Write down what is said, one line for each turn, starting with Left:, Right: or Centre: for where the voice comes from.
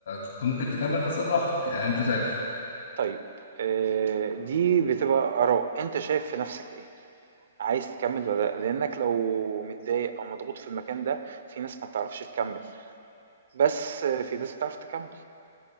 Left: كنت ممكن تكمل بس براحتك يعني انت شايف
Right: طيب آه دي بتبقى آراء انت شايف في نفسك ايه عايز تكمل ولا لأ؟ لانك لو متضايق او مضغوط في المكان ده في ناس ما بتعرفش تكمل بس في ناس بتعرف تكمل